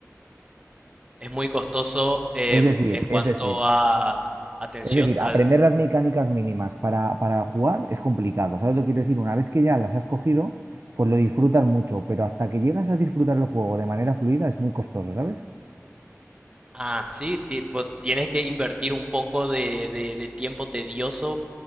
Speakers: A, on the right; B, on the right.
A: Es muy costoso em,
B: Es decir,
A: en cuanto
B: es decir,
A: a atención
B: es decir, aprender
A: al...
B: las mecánicas mínimas para, para jugar es complicado. ¿Sabes lo que quiero decir? Una vez que ya las has cogido, pues lo disfrutas mucho, pero hasta que llegas a disfrutar el juego de manera fluida es muy costoso, ¿sabes?
A: Ah, sí, ti- pues, tienes que invertir un poco de, de de tiempo tedioso